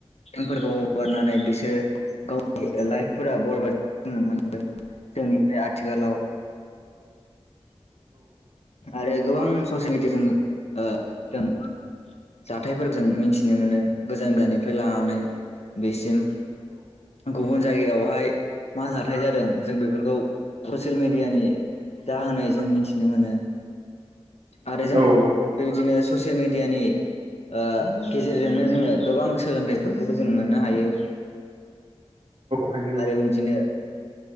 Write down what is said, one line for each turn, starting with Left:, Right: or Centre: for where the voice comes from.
Left: फोरखौ <inaudible> हगारनानै <inaudible> बिसोरो <inaudible> गावनि लाइफफोरा बरबाद <inaudible> जानाय <inaudible> नुनो मोनदों जोंनि बे आथिखालाव आरो गोबां ससियेल मिेडियाजों जों जाथायफोरजों मिथिनो मोनो गोजान गोजाननिफ्राय लानानै बेसिम गुबुन जायगायाव बेवहाय मा जाथाय जादों जों बेफोरखौ ससियेल मेडियानि जाहाय जों मिथिनो मोनो आरो जों
Right: औ
Left: बेबादिनो ससियेल मेडियानि ओ गेजेरजोंनो जोङो गोबां सोलोंथाइफोरखौबो जों मोननो हायो
Right: हायो
Left: आरो
Right: औ
Left: बिदिनो <inaudible>